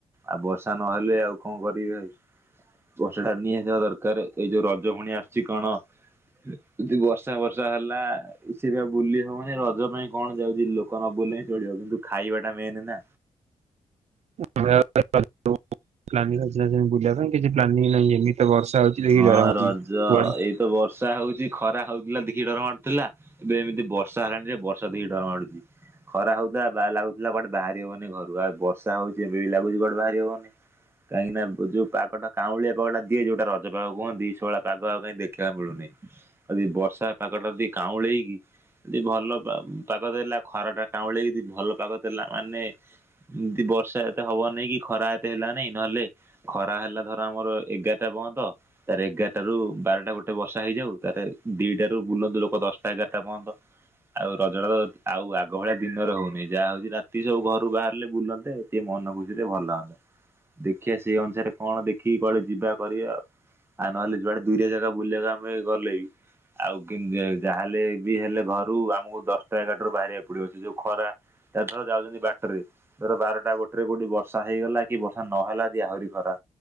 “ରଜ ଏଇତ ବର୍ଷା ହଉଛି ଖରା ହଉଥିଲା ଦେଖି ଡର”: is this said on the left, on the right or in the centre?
Right